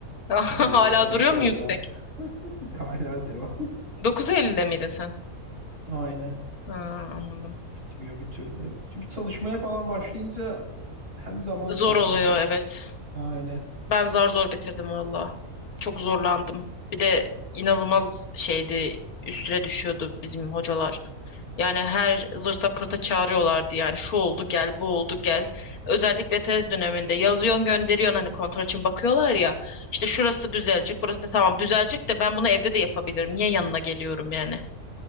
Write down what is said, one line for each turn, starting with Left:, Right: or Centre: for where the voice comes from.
Left: <laughs>
Right: Adamlar
Left: Hala
Right: çalışıyor
Left: duruyor mu
Right: orada.
Left: yüksek?
Right: <laughs> Hala devam.
Left: 9.50'de miydin sen?
Right: <laughs> Aynen.
Left: Ha, anladım.
Right: Bitmiyor bir türlü. Çünkü çalışmaya falan başlayınca e, hem zaman
Left: Zor
Right: kalmadı.
Left: oluyor evet.
Right: Aynen.
Left: Ben zar zor bitirdim valla. Çok zorlandım. Bir de inanılmaz şeydi üstüne düşüyordu bizim hocalar. Yani her zırta pırta çağırıyorlardı yani şu oldu gel bu oldu gel. Özellikle tez döneminde yazıyorsun gönderiyorsun hani kontrol için bakıyorlar ya. İşte şurası düzelecek burası da tamam düzelecek de ben bunu evde de yapabilirim. Niye yanına geliyorum yani?